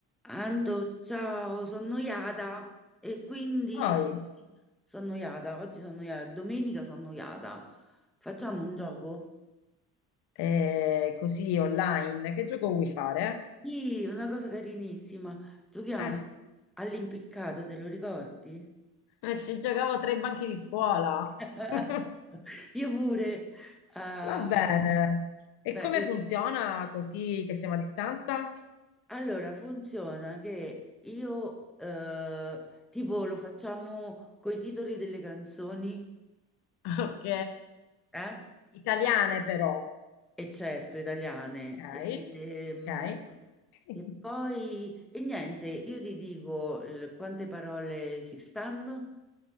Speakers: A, in the centre; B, on the left (about 75°).
A: Anto, ciao, sono noiata e quindi
B: Poi,
A: sono noiata, oggi sono noiata, domenica sono noiata. Facciamo un gioco?
B: eh, così online, che gioco vuoi fare?
A: Sì, una cosa carinissima. Giochiamo
B: Eh,
A: all'impiccato, te lo ricordi?
B: Eh, ci giocavo tra i banchi di scuola.
A: <laughs>
B: <laughs>
A: Io pure. eh,
B: va bene. E
A: beh,
B: come
A: eh,
B: funziona così che siamo a distanza?
A: allora, funziona che io eh, tipo lo facciamo coi titoli delle canzoni,
B: Ok.
A: eh?
B: Italiane però.
A: E certo, italiane.
B: Ok,
A: E, ehm,
B: ok. <laughs>
A: e poi, e niente, io ti dico il- quante parole ci stanno,